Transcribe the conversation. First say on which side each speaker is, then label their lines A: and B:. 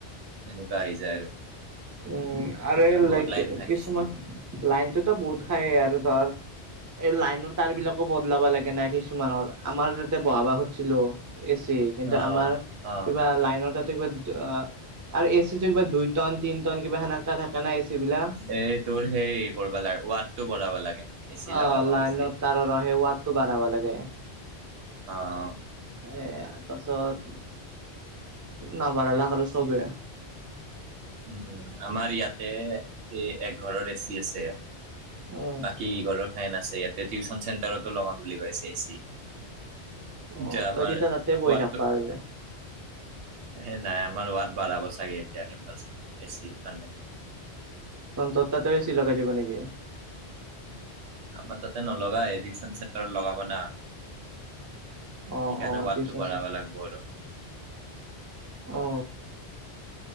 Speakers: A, on the right; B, on the right.
A: এনেকা আহি যায় আৰু।
B: উম, আৰু এই
A: বহুত
B: লাইক
A: লাইন খাই
B: কিছুমান, লাইনটোতো বহুত খাই আৰু ধৰ এই লাইনৰ তাৰ বিলাকো বদলাব লাগে এনে কিছুমানৰ, আমাৰ তাতে বহাব খুজিছিলোঁ এ চি, কিন্তু
A: অ
B: আমাৰ
A: অ
B: কিবা লাইনৰ তাত <unintelligible> আৰু এ চিটো কিবা দুই টন, তিনি টন, কিবা সেনেকা থাকে না এ চি বিলাক?
A: এই তোৰ সেই কৰিব লাগে, ৱাটটো বঢ়াব লাগে। এচি
B: অ',
A: লগাব
B: লাইনত
A: খুজিলি
B: তাৰৰ অ' সেই ৱাটটো বঢ়াব লাগে।
A: অ'
B: এ তাৰপিছত, নবঢ়ালক আৰু চবেই।
A: উম উম, আমাৰ ইয়াতে এই একঘৰৰ এ চি আছে।
B: উম
A: বাকী ঘৰৰ ফেন আছে, ইয়াতে টিউশ্যন চেণ্টাৰতো লগাম বুলি কৈছে এ চি
B: অ
A: যে আমাৰ
B: তই তেতিয়া তাতে বহি
A: ৱাতটো
B: থাকবা পাৰিবি
A: হেই নাই, আমাৰ ৱাত বঢ়াব চাগে এতিয়া কেম্পাছত, এ চিৰ কাৰণে।
B: তহঁতৰ তাতেও এ চি লগাই দিব নেকি?
A: আমাৰ তাতে নলগায়, এডিচন চেণ্টাৰত লগাব না।
B: অ
A: সেইকাৰণে
B: অ
A: ৱাতটো
B: টিউচন
A: বঢ়াব
B: চি
A: লাগব আৰু।
B: অ